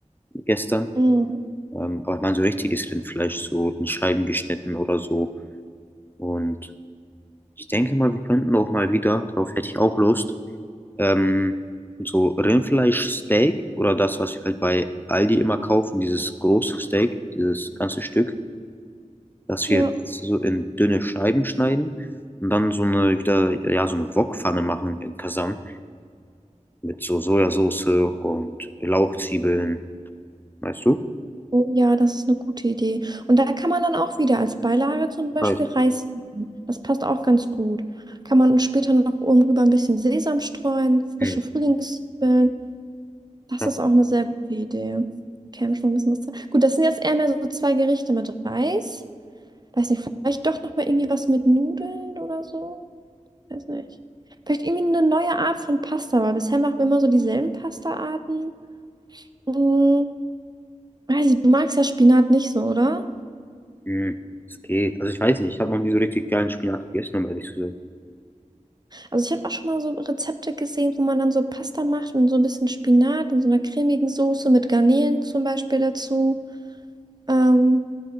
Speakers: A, on the left; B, on the right.
A: Gestern.
B: Mhm.
A: Ähm, aber ich meine so richtiges Rindfleisch, so in Scheiben geschnitten oder so. Und Ich denke mal, wir könnten auch mal wieder, darauf hätte ich auch Lust, ähm, so Rindfleischsteak oder das, was wir halt bei Aldi immer kaufen, dieses große Steak, dieses ganze Stück, dass
B: Ja.
A: wir so in dünne Scheiben schneiden und dann so eine wieder, ja, so eine Wokpfanne machen in Kasan mit so Sojasauce und Lauchzwiebeln, weißt du?
B: Oh Ja, das ist eine gute Idee. Und da kann man dann auch wieder als Beilage zum Beispiel
A: Weiß.
B: Reis nehmen. Das passt auch ganz gut. Kann man später noch oben drüber ein bisschen Sesam streuen, frische
A: Hm.
B: Frühlingszwiebeln. Das
A: Ja.
B: ist auch eine sehr gute Idee. Käme schon ein bisschen was dran. Gut, das sind jetzt eher mehr so zwei Gerichte mit Reis. Weiß nicht, vielleicht doch nochmal irgendwie was mit Nudeln oder so. Weiß nicht. Vielleicht irgendwie eine neue Art von Pasta, weil bisher machen wir immer so dieselben Pasta-Arten. Hm, weiß ich, du magst ja Spinat nicht so, oder?
A: Hm. Es geht. Also ich weiß nicht, ich habe noch nie so richtig geilen Spinat gegessen, um ehrlich zu sein.
B: Also ich habe auch schon mal so Rezepte gesehen, wo man dann so Pasta macht und so ein bisschen Spinat und so einer cremigen Soße mit Garnelen zum Beispiel dazu. Ähm,